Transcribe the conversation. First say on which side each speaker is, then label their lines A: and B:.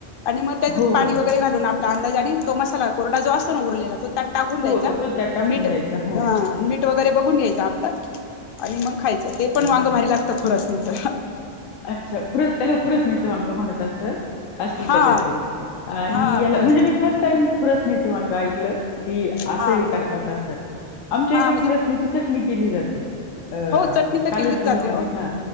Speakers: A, on the left (about 60°); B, on the left (about 85°).
A: आणि मग त्याच्या
B: हो
A: पाणी
B: हो
A: ओतून वैगेरे घालून आपला अंदाजाने आणि तो मसाला कोरडा जो असतो ना उरलेला त्यात टाकून द्यायचा,
B: हो तो त्यात टाकून
A: मीठ ह
B: द्यायचा हो
A: मीठ मीठ वगैरे बघून घ्यायच आपलं आणि मग खायचं ते पण
B: आणि
A: वांग
B: झालं
A: भारी लागतं खुरसणीच
B: हो अच्छा! कृत्याला त्याला खुरसणीच वांग म्हणत असंल असतील
A: हा
B: कदाचित आणि
A: हा
B: याला
A: खुरसणी
B: म्हणजे मी फर्स्ट टाइम खुरसनीच वांग ऐकलं कि असं
A: हा
B: हे करतात असत,, आमच्या
A: हा
B: एका
A: म्हणजे
B: खुरसणीची चटणी केली जाते अ..
A: हो चटणी केलीच
B: कालच बनवली
A: जाते ओ
B: हा